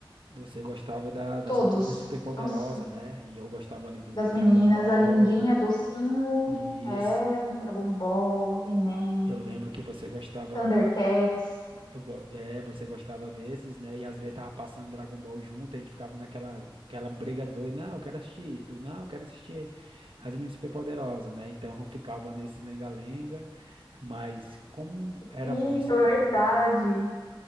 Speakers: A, on the right; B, on the left.
A: Você gostava da- das
B: Todos.
A: meninas superpoderosas,
B: Nossa,
A: né? E eu gostava ali do,
B: das
A: do
B: meninas,
A: Dragon Ball.
B: a Lindinha, Docinho,
A: E
B: é, Dragon Ball, He-Man,
A: eu lembro que você gostava
B: Thundercats.
A: Eu, go- é, você gostava desses, né? E às vezes tava passando Dragon Ball junto, a gente ficava naquela aquela briga doida. Não, eu quero assistir isso. Não, eu quero assistir As Meninas Superpoderosas, né? Então ficava nesse lenga-lenga. Mas como era
B: Pica,
A: bom esse tempo,
B: verdade.
A: né?